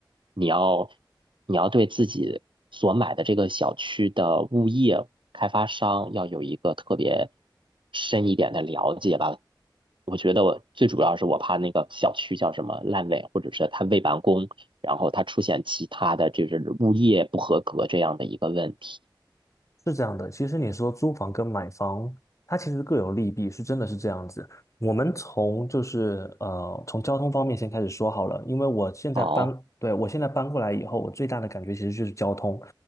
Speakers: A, on the right; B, on the left.
A: 你要你要对自己所买的这个小区的物业开发商要有一个特别深一点的了解吧。我觉得我最主要是我怕那个小区叫什么烂尾，或者是它未完工，然后它出现其他的就是物业不合格这样的一个问题。
B: 是这样的，其实你说租房跟买房，它其实各有利弊，是真的是这样子。我们从就是呃，从交通方面先开始说好了，因为我现在搬，
A: 好，
B: 对，我现在搬过来以后，我最大的感觉其实就是交通。